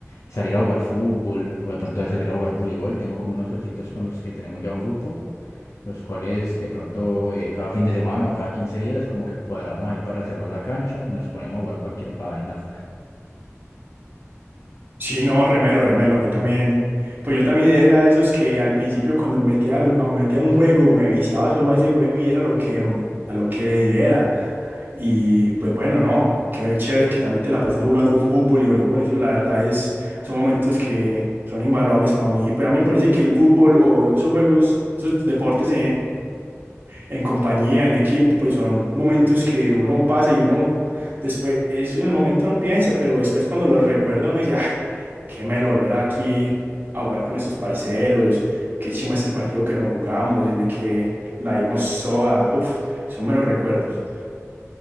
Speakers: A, on the left; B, on the right.
A: y salir a jugar fútbol o de pronto salir a jugar voleibol. Tengo como unos ositos con los que tenemos ya un grupo, los cuales de pronto eh, cada fin de semana o cada 15 días como que cuadramos ahí para reservar la cancha y nos ponemos a jugar cualquier vaina.
B: Sí, no, remelo, remelo, a mí también. Pues yo también era de esos que al principio cuando metía, al- a- metía un juego me viciaba solo a ese juego y era lo que, mm, a lo que le diera. Y pues bueno, no, qué chévere que también te la pases jugando fútbol y voleibol. Eso la verdad es, son momentos que son invaluables para mí. Pues a mí me parece que el fútbol o esos juegos, esos deportes en compañía, en equipo, pues son momentos que uno pasa y uno después, en el momento no piensa, pero después cuando lo recuerda uno dice, ah, qué melo volver aquí a jugar con esos parceros, qué chimba este partido que nos jugamos, en el que la dimos soda, uff, son melos recuerdos.